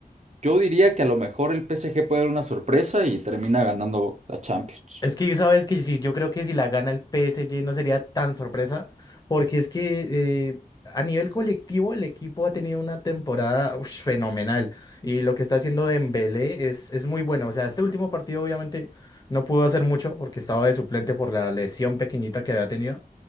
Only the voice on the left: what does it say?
Es que sabes que sí, yo creo que si la gana el PSG no sería tan sorpresa, porque es que eh, a nivel colectivo el equipo ha tenido una temporada ush, fenomenal y lo que está haciendo Dembélé es, es muy bueno. O sea, este último partido obviamente no pudo hacer mucho porque estaba de suplente por la lesión pequeñita que había tenido.